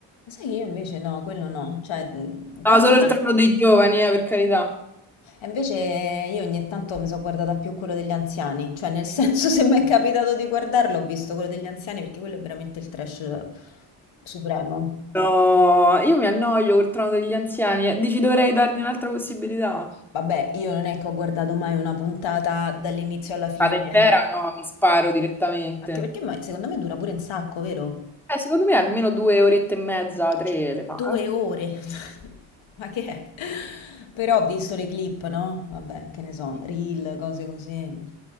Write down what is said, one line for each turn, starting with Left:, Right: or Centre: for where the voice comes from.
Left: sai che io invece no, quello no, cioè mh, guardo
Centre: No, solo
Left: da-
Centre: il trono dei giovani, eh, per carità.
Left: e invece io ogni tanto mi sono guardata più quello degli anziani, cioè nel senso <laughs> se mi è capitato di guardarlo ho visto quello degli anziani perché quello è veramente il trash supremo.
Centre: No, io mi annoio col trono degli anziani. eh. Dici dovrei dargli un'altra possibilità?
Left: Vabbè, io non è che ho guardato mai una puntata dall'inizio alla fine,
Centre: Vado intera?
Left: eh.
Centre: No, mi sparo direttamente.
Left: anche perché ma- secondo me dura pure un sacco, vero?
Centre: Eh, secondo me almeno due orette e mezza, tre
Left: Cioè,
Centre: le fa.
Left: due ore. <laughs> Ma che è? Però ho visto le clip, no? Vabbè, che ne so,
Centre: eh.
Left: reel, cose così.